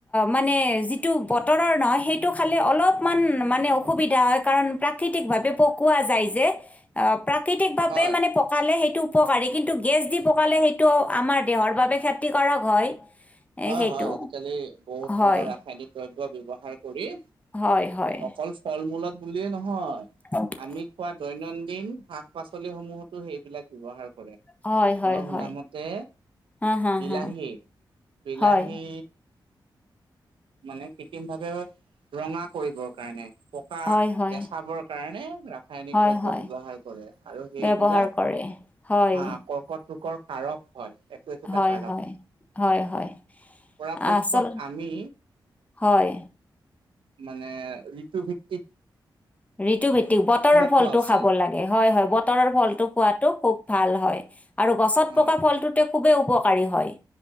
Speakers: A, on the left; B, on the right.
A: মানে যিটো বতৰৰ নহয় সেইটো খালে অলপমান মানে অসুবিধা হয় কাৰণ প্ৰাকৃতিক ভাৱে পকোৱা যায় যে। অ', প্ৰাকৃতিকভাৱে
B: হয়
A: মানে পকালে সেইটো উপকাৰী কিন্তু গেছ দি পকালে সেইটো আমাৰ দেহৰ বাবে খেতি কৰক হয়।
B: হয়,
A: এ, সেইটো
B: হয়, আজিকালি বহুত
A: হয়
B: ধৰণৰ ৰাসায়নিক দ্ৰব্য ব্যবহাৰ কৰি
A: হয়, হয়।
B: অকল ফল মূলত বুলিয়েই নহয়
A: <unintelligible>
B: আমি খোৱা দৈনন্দিন শাক পাচলিসমূহতো সেইবিলাক ব্যবহাৰ কৰে।
A: হয় হয় হয়
B: মই শুনামতে
A: হয় হা হা
B: বিলাহী
A: হা
B: বিলাহী
A: হয়
B: মানে কৃত্ৰিম ভাৱে ৰঙা কৰিবৰ কাৰণে পকা
A: হয় হয়
B: বেচাব কাৰণে ৰাসায়নিক
A: হয়
B: দ্ৰব্য
A: হয়
B: ব্যৱহাৰ কৰে আৰু সেইবিলাক
A: ব্যৱহাৰ কৰে হয়
B: হা <unintelligible> কাৰক। হয় একো একোটা
A: হয়,
B: কাৰক
A: হয়, হয়, হয়।
B: পৰাপক্ষত
A: আচল
B: আমি
A: হয়
B: মানে ঋতু ভিত্তিক
A: ঋতুভিত্তিক বতৰৰ ফলটো
B: খোৱা উচিত
A: খাব লাগে হয়, হয়, বতৰৰ ফলটো খোৱাটো খুব ভাল হয়। আৰু গছত
B: অ
A: পকা ফলটোতে খুবেই উপকাৰী হয়।